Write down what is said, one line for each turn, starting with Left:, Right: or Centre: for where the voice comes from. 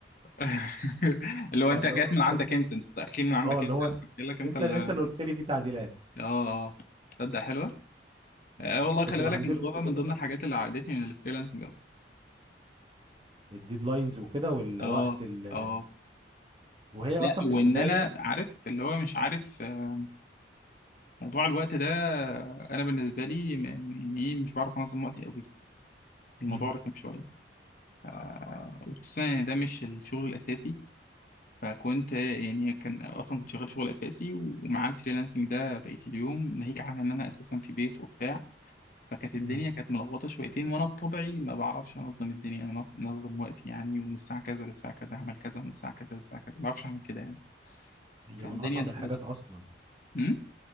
Left: <laughs> اللي هو
Right: فاللي
Left: انت جات
Right: هو
Left: من عندك
Right: كنت
Left: انت انت تاكيد من عندك
Right: اه اللي
Left: انت
Right: هو انت
Left: قلت لك انت
Right: انت
Left: اللي
Right: انت
Left: اه
Right: اللي قلت لي فيه تعديلات
Left: اه آه. تصدق حلوه
Right: مم.
Left: آه والله
Right: فكنت
Left: خلي
Right: بهندلهم
Left: بالك الموضوع
Right: بكده
Left: ده من ضمن
Right: بقى
Left: الحاجات اللي عقدتني من الفريلانسنج اصلا
Right: الديدلاينز وكده والوقت
Left: اه
Right: ال...
Left: اه
Right: وهي اصلا
Left: لا
Right: في
Left: وان
Right: البدايه
Left: انا عارف اللي هو مش عارف آه، موضوع الوقت ده انا بالنسبه لي م- يعني ايه مش بعرف انظم وقتي قوي الموضوع
Right: مم.
Left: رخم شويه آه، وخصوصا ان ده مش الشغل الاساسي فكنت يعني كان اصلا كنت شغال شغل اساسي ومع الفريلانسنج ده بقيت اليوم ناهيك عن ان انا اساسا في بيت وبتاع فكانت الدنيا
Right: مم.
Left: كانت ملخبطه شويتين وانا بطبعي ما بعرفش انظم الدنيا انا انظم وقتي يعني ومن الساعه كذا للساعه كذا اعمل كذا ومن الساعه كذا للساعه كذا ما بعرفش اعمل كده يعني
Right: هي
Left: فالدنيا
Right: من اصعب
Left: دخلت
Right: الحاجات اصلا
Left: امم